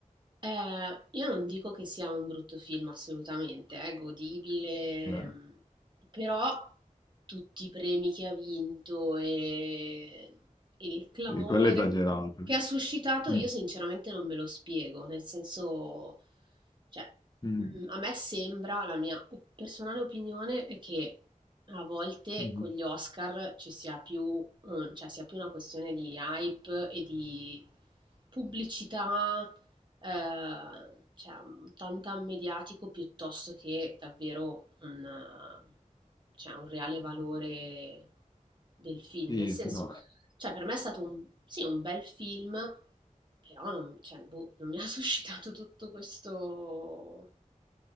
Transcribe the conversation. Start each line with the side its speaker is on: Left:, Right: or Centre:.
Right: Eh, io non dico che sia un brutto film assolutamente, è godibile,
Left: Eh,
Right: mm, però tutti i premi che ha vinto e e il clamore
Left: Sì, quello è esagerato.
Right: che ha suscitato io
Left: Mm,
Right: sinceramente non me lo spiego, nel senso, cioè,
Left: mm,
Right: mm, a me sembra, la mia o- personale opinione è che a volte
Left: mm.
Right: con gli Oscar ci sia più, mm, cioè, sia più una questione di hype e di pubblicità ehm, cioè un tantan mediatico piuttosto che davvero un, eh, cioè, un reale valore del film.
Left: Sì,
Right: Nel senso,
Left: sì, no.
Right: cioè per me è stato un, sì, un bel film, però non, cioè, boh, non mi ha <laughs> suscitato tutto questo